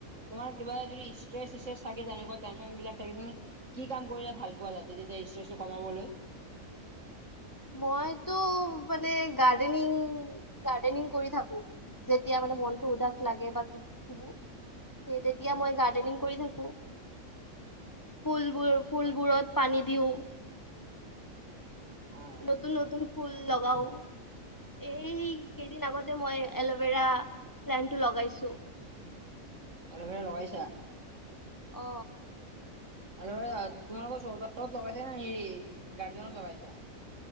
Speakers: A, on the right (about 60°); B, on the left (about 15°).
A: তোমাৰ কিবা যদি ষ্ট্ৰে থাকে যেনেকুৱা টেন্যন বিলাক থাকে তুমি কি কাম- কৰিলে ভাল পোৱা যাতে তেতিয়া ষ্ট্ৰেটো কমাবলৈ?
B: <inaudible> মইতো মানে গাৰ্ডেনিং গাৰ্ডেনিং কৰি থাকো। যেতিয়া মানে মনটো উদাস লাগে! বা- সেই তেতিয়া মই গাৰ্ডেনিং কৰি থাকো। ফুলবোৰ ফুলবোৰত পানী দিওঁ-
A: অ
B: নতুন নতুন ফুল লগাও এই কেইদিন আগতে মই এল'ভেৰা প্লেনটো লগাইছো। <unintelligible>
A: এলোভেৰা লগাইছা-
B: অ
A: আৰু তোমালোকৰ চৌহতত লগাইছা নে এই গাৰ্ডেনত লগাইছা